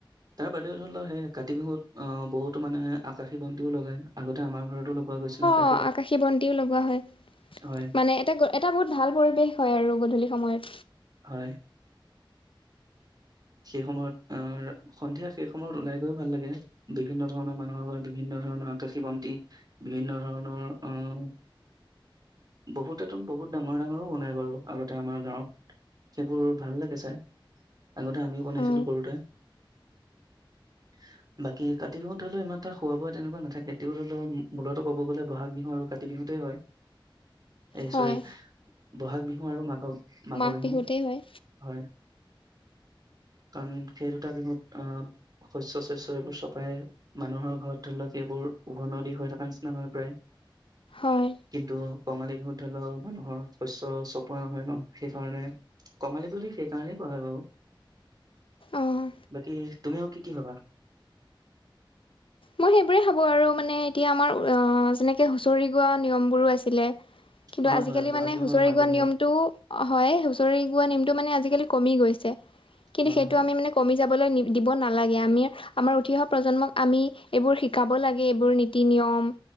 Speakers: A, on the right; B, on the left.
A: তাৰ বাদেও ধৰি লও সেই কাতি বিহুত আ বহুতো মানে আকাশী বন্তিও লগাই আগতে আমাৰ ঘৰত <unintelligible>
B: অ' আকাশী বন্তিও লগোৱা হয়।
A: হয়,
B: মানে এটা- এটা বহুত ভাল পৰিৱেশ হয় আৰু গধূলি সময়ত।
A: হয়। সেই সময়ত আ সন্ধিয়া সেই সময়ত ওলাই গৈও ভাল লাগে বিভিন্ন ধৰণৰ মানুহৰ বিভিন্ন ধৰৰকাশী বন্তি বিভিন্ন ধৰণৰ অহ, বহুত এত বহুত ডাঙৰ-ডাঙৰো বনায় বাৰু আগতে আমাৰ গাঁৱত। সেইবোৰ ভাল লাগে চাই আগতে আমিও বনাইছিলো
B: হয়।
A: সৰুতে। উ <unintelligible> বাকী কাতি বিহুত ধৰি লও ইমান এটা খোৱা বোৱা তেনেকুৱা নাথে তেতিও ধৰি লও মূলতো কব গলে বহাগ বিহু, কাতি বিহু, বিহুতে হয় এই
B: হয়
A: চৰি। বহাগ বিহু আৰু মাঘ-মাঘ
B: মাঘ
A: বিহু
B: বিহুতেই হয়
A: হয়। কাৰণ সেই দুটা বিহুত আহ শস্য-শস্য এইবোৰ চপাই মানুহৰ ঘৰত ধৰি লওক সব। বোৰ উভৰ নদী হৈ থকা নিচিনা হয় প্ৰায়।
B: হয়
A: কিন্তু কঙালী বিহুত ধৰি লও মানুহৰ শস্য চপোৱা নহয় ন সেইকাৰণে কঙালী বুলি সেইকাৰণেই কোৱা হয় বাও।
B: অ'।
A: বাকী তুমিও কি-কি ভাবা। <inaudible>
B: মই সেইবোৰে ভাবো আৰু মানে এতিয়া আমাৰ যেনেকে হুঁচৰি গোৱা নিয়মবোৰো আছিলে। কিন্তু
A: হয়
B: আজিকালি
A: হয় বহাগ
B: মানে
A: বিহু
B: হুঁচৰি
A: আৰু মাঘৰ
B: গোৱা
A: বিহুত
B: নিয়মটোও হয় হুঁচৰি গোৱা নীম নিয়ম টো মানে আজি কালি কমি গৈছে, কিন্তু
A: হয়
B: সেইটো
A: হয়
B: আমি কমি যাব দিব নালাগে আমি আমাৰ উঠি অহা প্ৰজন্মক আমি, এইবোৰ শিকাব লাগে এইবোৰ নীতি-নিয়ম